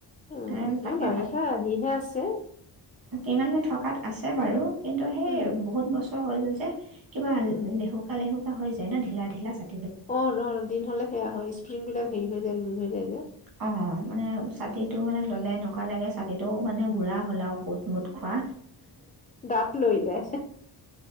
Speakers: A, on the left; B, on the right.
A: উ
B: এ তাকে
A: ন বাৰিষা আহিহে আছে
B: ইমানে থকা তাত আছে বাৰু কিন্তু সেই
A: উম
B: বহুত বছৰ হ'ল এ কিবা
A: উম
B: লেহুকা লেহুকা হৈয়ায় ন ঢিলোকা ঢিলোকা চাক
A: অ নহ দিন হলে সেয়া হয় স্প্ৰিংবিলাক হেৰি হৈ যায় লুজ হৈ যায় যে
B: অ মানে ছাতিটো মানে ল'লে এনেকুৱা লাগে ছাতিটো মানে বুঢ়া হ'ল আৰু কটমোট খোৱা
A: দাঁত লৰি যায়